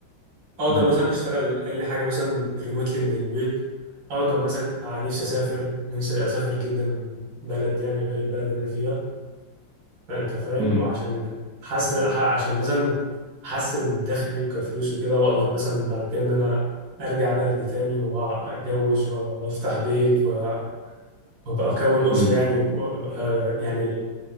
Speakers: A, on the right (about 70°); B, on the right (about 85°).
A: اقدر
B: مم.
A: مثلا اشتغل اي حاجه مثلا ريموتلي من البيت اقدر مثلا آه، نفسي اسافر نفسي اسافر جدا بلد يعني غير البلد اللي انا فيها فانت فاهم
B: مم.
A: وعشان حس ح- عشان مثلا احسن دخلي وكفلوس وكده واقدر مثلا بعد كده ان انا ارجع بلدي تاني واتجوز و- وافتح بيت و- وابقى اكون
B: مم.
A: اسره يعني وابقى يعني